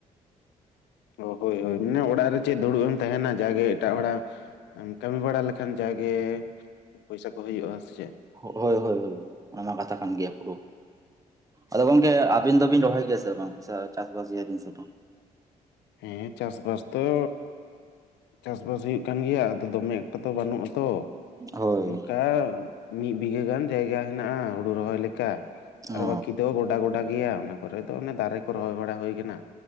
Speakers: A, on the left; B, on the right.
A: ᱚ ᱦᱳᱭ ᱦᱳᱭ ᱢᱟᱱᱮ ᱚᱲᱟᱜ ᱨᱮ ᱪᱮᱫ ᱫᱩᱲᱩᱵ ᱮᱢ ᱛᱟᱦᱮᱱᱟ ᱡᱟᱜᱮ ᱮᱴᱟᱜ ᱦᱚᱲᱟᱜ ᱠᱟᱹᱢᱤ ᱵᱟᱲᱟ ᱞᱮᱠ ᱠᱷᱟᱱ ᱡᱟᱜᱮ ᱯᱚᱭᱥᱟ ᱠᱚ ᱦᱩᱭᱩᱜᱼᱟ ᱥᱮ ᱪᱮᱜ᱾
B: ᱦᱳᱭ ᱦᱳᱭ ᱦᱳᱭ ᱚᱱᱟ ᱢᱟ ᱠᱟᱛᱷᱟ ᱠᱟᱱ ᱜᱮᱭᱟ ᱯᱩᱨᱟᱹ᱾ ᱟᱫᱚ ᱜᱚᱝᱠᱮ ᱟᱵᱤᱱ ᱫᱚᱵᱤᱱ ᱨᱚᱦᱚᱭ ᱜᱮᱭᱟ ᱥᱮ ᱵᱟᱝ, ᱪᱟᱹᱥᱵᱟᱥ ᱜᱮᱭᱟᱵᱤᱱ ᱥᱮ ᱵᱟᱝ?
A: ᱦᱮᱸ ᱪᱟᱹᱥ ᱵᱟᱥ ᱫᱚ ᱪᱟᱹᱥᱵᱟᱥ ᱦᱩᱭᱩᱜ ᱠᱟᱱ ᱜᱮᱭᱟ ᱟᱫᱚ ᱫᱚᱢᱮ ᱮᱠᱴᱟ ᱛᱚ ᱵᱟᱹᱱᱩᱜᱼᱟ ᱛᱚ᱾
B: ᱦᱳᱭ
A: ᱚᱱᱠᱟ ᱢᱤᱜ ᱵᱤᱜᱷᱟᱹ ᱜᱟᱱ ᱡᱟᱭᱜᱟ ᱦᱮᱱᱟᱜᱼᱟ ᱦᱳᱲᱳ ᱨᱚᱦᱚᱭ ᱞᱮᱠᱟ᱾ ᱟᱨ
B: ᱚ
A: ᱵᱟᱹᱠᱤ ᱫᱚ ᱜᱚᱰᱟ ᱜᱚᱰᱟ ᱜᱮᱭᱟ ᱚᱱᱟ ᱠᱚᱨᱮ ᱫᱚ ᱚᱱᱮ ᱫᱟᱨᱮ ᱠᱚ ᱨᱚᱦᱚᱭ ᱵᱟᱲᱟ ᱦᱤᱭ ᱠᱟᱱᱟ᱾